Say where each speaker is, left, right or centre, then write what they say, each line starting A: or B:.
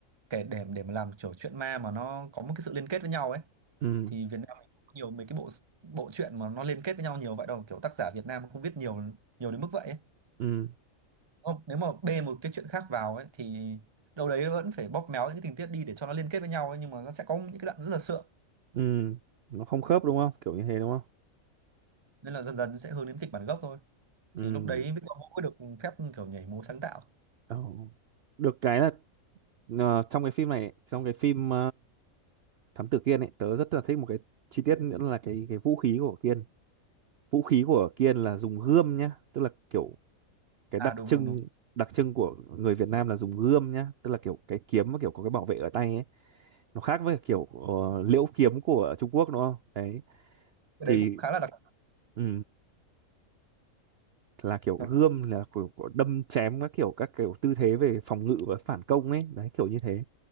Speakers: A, on the right; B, on the right.
A: kể để để mà làm kiểu chuyện ma mà nó có một cái sự liên kết với nhau ấy
B: Ừ,
A: thì Việt Nam mình cũng nhiều mấy cái bộ bộ truyện mà nó liên kết với nhau nhiều vậy đâu kiểu tác giả Việt Nam không viết nhiều nhiều đến mức vậy ấy.
B: ừ,
A: Không, nếu mà bê một cái chuyện khác vào ấy thì đâu đấy vẫn phải bóp méo những cái tình tiết đi để cho nó liên kết với nhau ấy, nhưng mà nó sẽ có những cái đoạn rất là sượng
B: ừ, nó không khớp đúng không? Kiểu như thế đúng không?
A: nên là dần dần sẽ hướng đến kịch bản gốc thôi
B: Ừ.
A: thì lúc đấy Victor Vũ mới được phép kiểu nhảy múa sáng tạo
B: Ồ. Được cái là ờ, trong cái phim này, trong cái phim thám tử Kiên ấy tớ rất là thích một cái chi tiết nữa là cái cái vũ khí của Kiên vũ khí của Kiên là dùng gươm nhá tức là kiểu cái
A: à
B: đặc
A: đúng
B: trưng
A: đúng đúng
B: đặc trưng của người Việt Nam là dùng gươm nhá tức là kiểu cái kiếm mà kiểu có cái bảo vệ ở tay ấy nó khác với kiểu
A: Ừ.
B: ờ, liễu kiếm của Trung Quốc đúng không đấy
A: cái
B: thì
A: đấy cũng khá là đặc
B: ừ, là kiểu gươm
A: đặc-
B: là kiểu, kiểu đâm chém các kiểu các kiểu tư thế về phòng ngự và phản công ấy đấy kiểu như thế